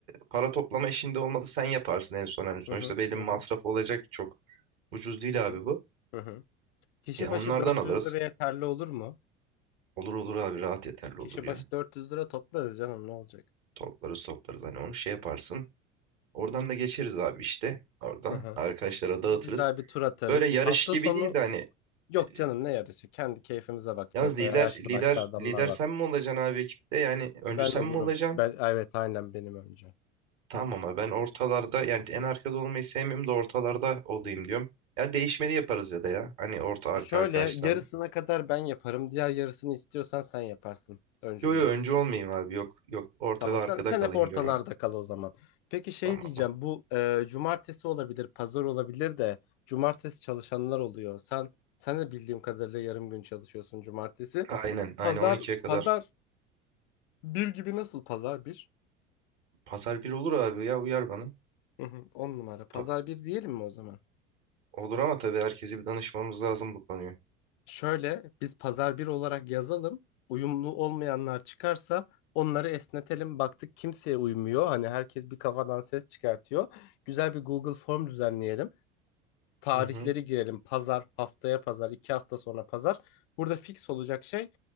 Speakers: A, on the right; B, on the left.
A: para toplama işinde olmadı sen yaparsın en son. Hani sonuçta
B: hı hı,
A: belli bir masraf
B: hı hı,
A: olacak çok. Ucuz değil
B: hı hı,
A: abi bu.
B: hı hı. Kişi
A: Ya
B: başı
A: onlardan
B: 400
A: alırız.
B: lira yeterli olur mu?
A: Olur olur abi rahat yeterli
B: Kişi
A: olur ya.
B: başı 400 lira toplarız canım ne olacak?
A: Toplarız toplarız hani onu şey yaparsın. Oradan da geçeriz abi işte. Orada
B: Hı hı.
A: arkadaşlara
B: O
A: dağıtırız.
B: Güzel bir tur atarız.
A: Böyle yarış
B: Hafta
A: gibi
B: sonu
A: değil de hani
B: yok
A: e,
B: canım ne yarışı? Kendi keyfimize bakacağız.
A: Yalnız lider
B: Ya Yaşlı
A: lider
B: başlı adamlar
A: lider
B: var.
A: sen mi olacaksın abi ekipte? Yani öncü
B: Ben
A: sen
B: olurum.
A: mi olacaksın?
B: Ben evet aynen benim önce.
A: Tamam ama ben ortalarda yani en arkada olmayı sevmiyorum da ortalarda olayım diyorum. Ya değişmeli yaparız ya da ya. Hani orta arka
B: E Şöyle
A: arkadaşlarla.
B: yarısına kadar ben yaparım. Diğer yarısını istiyorsan sen yaparsın öncülüğü.
A: Yo yo öncü olmayayım abi yok yok orta
B: Tamam
A: ve arkada
B: sen, sen
A: kalayım
B: hep ortalarda
A: diyorum ben.
B: kal o zaman. Peki şey
A: Tamam
B: diyeceğim
A: mı?
B: bu e, cumartesi olabilir pazar olabilir de cumartesi çalışanlar oluyor. Sen sen de bildiğim kadarıyla yarım gün çalışıyorsun cumartesi.
A: Aynen aynen
B: Pazar
A: 12'ye kadar.
B: pazar bir gibi nasıl pazar bir?
A: Pazar bir olur abi ya uyar bana.
B: Hı hı, On numara pazar
A: Pa-
B: bir diyelim mi o zaman?
A: olur ama tabii herkese bir danışmamız lazım bu konuyu.
B: Şöyle biz pazar bir olarak yazalım. Uyumlu olmayanlar çıkarsa onları esnetelim. Baktık kimseye uymuyor. Hani herkes bir kafadan ses çıkartıyor. Güzel bir Google form düzenleyelim. tarihleri
A: Hı hı.
B: girelim. Pazar, haftaya pazar, iki hafta sonra pazar. Burada fix olacak şey